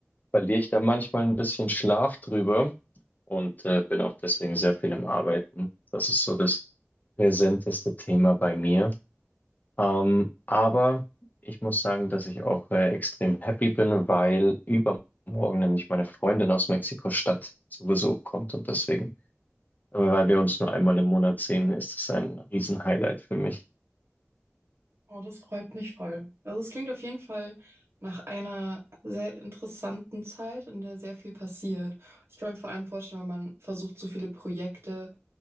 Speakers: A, on the left (about 40°); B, on the right (about 70°).
A: verliere ich da manchmal ein bisschen Schlaf drüber und äh, bin auch deswegen sehr viel am Arbeiten. Das ist so das präsenteste Thema bei mir. Ähm, aber ich muss sagen, dass ich auch äh, extrem happy bin, weil übermorgen nämlich meine Freundin aus Mexiko-Stadt zu Besuch kommt und deswegen, äh, weil wir uns nur einmal im Monat sehen, ist es ein Riesenhighlight für mich.
B: Oh, das freut mich voll. Also es klingt auf jeden Fall nach einer sehr interessanten Zeit, in der sehr viel passiert. Ich kann mir vor allem vorstellen, wenn man versucht, so viele Projekte